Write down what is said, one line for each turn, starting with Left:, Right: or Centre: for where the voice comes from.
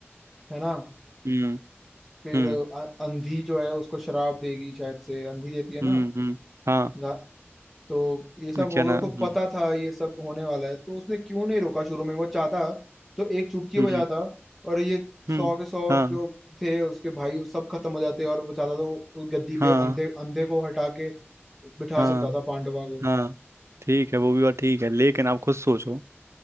Centre: है ना
Right: हम्म
Centre: फिर
Right: हम्म
Centre: अ- अंधी जो है उसको शराब देगी शायद से अंधी देती है
Right: हम्म
Centre: ना
Right: हम्म, हाँ
Centre: गा- तो ये सब
Right: न-
Centre: होगा
Right: क्या ना
Centre: उसको
Right: हम्म
Centre: पता था ये सब होने वाला है तो उसने क्यों नहीं रोका शुरू में वो चाहता तो एक चुटकी
Right: हम्म
Centre: बजाता और ये
Right: हम्म
Centre: सौ के सौ
Right: हाँ
Centre: जो थे उसके भाई वो सब खत्म हो जाते और वो चाहता तो उस गद्दी
Right: हाँ
Centre: पे अंधे अंधे को हटा के बिठा
Right: हाँ
Centre: सकता था पांडवा को
Right: हाँ ठीक है वो भी बात ठीक है लेकिन आप खुद सोचो